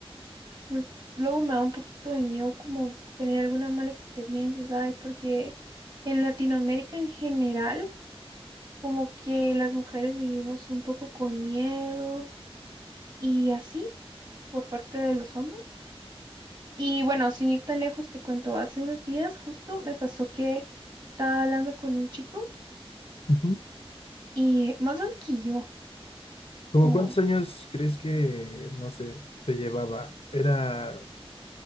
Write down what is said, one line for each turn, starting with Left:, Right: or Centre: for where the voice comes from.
Right: Lu- Luego me da un poquito de miedo como tener alguna mala experiencia, ¿sabes? Porque en Latinoamérica en general, como que las mujeres vivimos un poco con miedo y así por parte de los hombres. Y bueno, sin ir tan lejos, te cuento, hace unos días justo me pasó que estaba hablando con un chico
Left: Ujú.
Right: y más grande que yo,
Left: ¿Cómo
Right: como,
Left: cuántos años crees que, no sé, te llevaba? ¿Era,